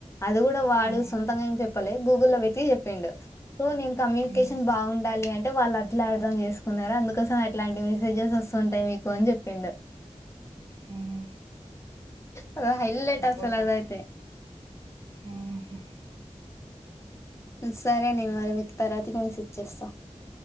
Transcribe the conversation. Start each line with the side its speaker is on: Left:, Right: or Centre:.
Left: అది కూడా వాడు
Right: ఉ
Left: సొంతంగా ఏం చెప్ చెప్పలే గూగుల్లో వెతికి చెప్పిండు సో నేను కమ్యూనికేషన్
Right: ఉ
Left: బాగుండాలి అంటే వాళ్ళ ఇట్లా అర్థం చేసుకున్నారు అందుకోసం అట్లాంటివి రిజల్ట్వస్తంటాయి మీకు అని చెప్పిండు
Right: హా హా
Left: అద హైలైట్ అస్సలు
Right: కోసం
Left: అదైతే
Right: ఉహు
Left: సరే నేను మరి మీకు తర్వాతికి మెసేజ్ చేస్తా